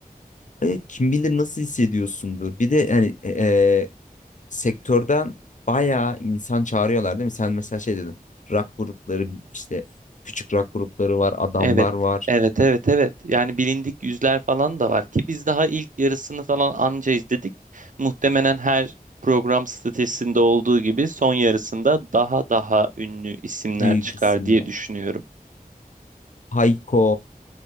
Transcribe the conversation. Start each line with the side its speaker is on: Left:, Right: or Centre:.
Left: e, kim bilir nasıl hissediyorsundur. Bir de yani e, e, sektörden bayağı insan çağırıyorlar değil mi? Sen mesela şey dedin. Rock grupları işte küçük rock grupları var, adamlar
Right: Evet,
Left: var,
Right: evet, evet, evet. Yani bilindik yüzler falan da var ki biz daha ilk yarısını falan anca izledik. Muhtemelen her program statüsünde olduğu gibi son yarısında daha daha ünlü isimler
Left: büyük
Right: çıkar
Left: isimler.
Right: diye düşünüyorum.
Left: Hayko.